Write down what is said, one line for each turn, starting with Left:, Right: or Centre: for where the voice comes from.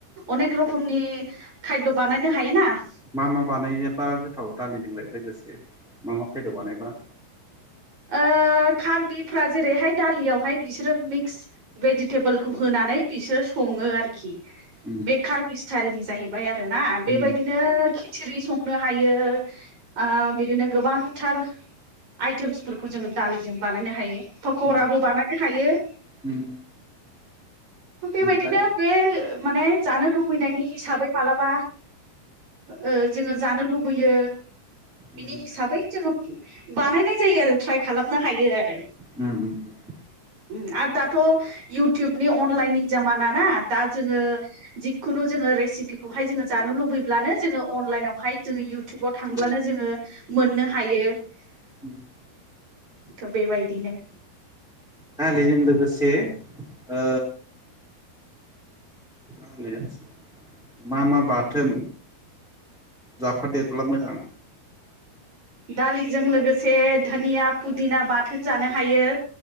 Right: अनेक रोखमनि खायद बानायनो हायोना ।
Centre: मा मा बानायोबा गोथाव दालिजोंलाय लोगोसे मा मा खायद बानायबा?
Right: ओ । कार्बिफ्रा जेरैहाय दालियावहाय बिसोरो मिक्स भेजितेबोलखौ होनानै बिसोरो सङो आरोखि ।
Centre: उम
Right: बे कार्बि स्टाइलनि जाहैबाय आरो ना बेबायदिनो
Centre: उम
Right: खिसिरि सं नो हायो ओ बिदिनो गोबांथार आइतोमस फोरखौ जोङो दालिजों बानायनो हायो पकराबो
Centre: उम
Right: बानायनो हायो ।
Centre: उम
Right: बेबायदिनो
Centre: ओमफ्राय
Right: बे माने जानो लुबैनायनि हिसाबै मालाबा । ओ जोङो जानो लुबैयो बिनि
Centre: उम
Right: हिसाबै जोङो बानायनाय जायो आरो ट्राइ खालामनो हायो आरो
Centre: उम उम
Right: ओम आरो दाथ इउटुबनि अनलाइन नि जामाना ना दा जोङो जिखुनु जोङो रेसिपिखौहाय जोङो जानो लुबैब्लानो जोङो अनलाइनावहाय जोङो इउटुबाव थांब्लानो
Centre: उम
Right: जोङो । मोननो हायो ।
Centre: उम
Right: थ बेबायदिनो।
Centre: दा बेजों लोगोसे ओ <unintelligible> मा मा बाथोन। जाफादेरब्ला मोजां
Right: दालिजों लोगोसे धनिया फुदिना बाथोन जानो हायो।